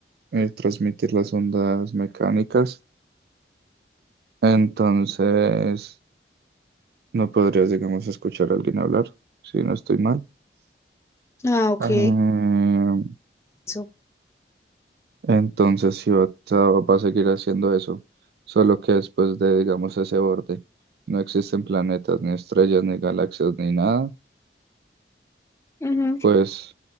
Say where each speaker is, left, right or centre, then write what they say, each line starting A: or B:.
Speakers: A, on the right (about 60°); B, on the left (about 15°).
A: eh, transmitir las ondas mecánicas, entonces no podrías, digamos, escuchar a alguien hablar, si no estoy mal.
B: Ah, ok.
A: Eh,
B: Eso.
A: entonces sí va, a va a seguir haciendo eso, solo que después de, digamos, ese borde, no existen planetas, ni estrellas, ni galaxias, ni nada
B: Ujú.
A: Pues